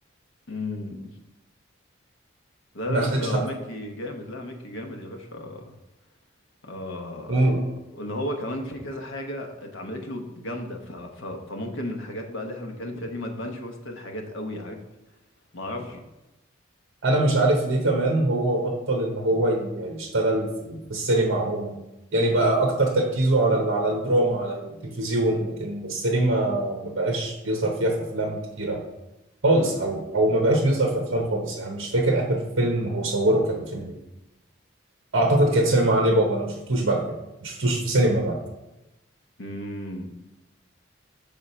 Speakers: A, on the left; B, on the right.
A: مم. لا
B: ما
A: لا
B: اخدتش
A: بس هو ميكي جامد لا ميكي جامد يا باشا آه
B: حقها
A: وان هو كمان في كذا حاجه اتعملت له جامده ف... ف... فممكن الحاجات بقى اللي احنا بنتكلم فيها دي ما تبانش وسط الحاجات قوي عارف ما اعرفش
B: انا مش عارف ليه كمان هو بطل ان هو ي- يشتغل في ال- في السينما عموما يعني بقى اكتر تركيزه على ال- على الدراما على التلفزيون لكن السينما ما بقاش بيظهر فيها في افلام كتيره خالص او او ما بقاش بيظهر في افلام خالص يعني مش فاكر اخر فيلم هو صوره كان فيلم ايه اعتقد كانت سينما علي بابا انا ما شفتوش بعد كده ما شفتوش في سينما بعد كده
A: أمم،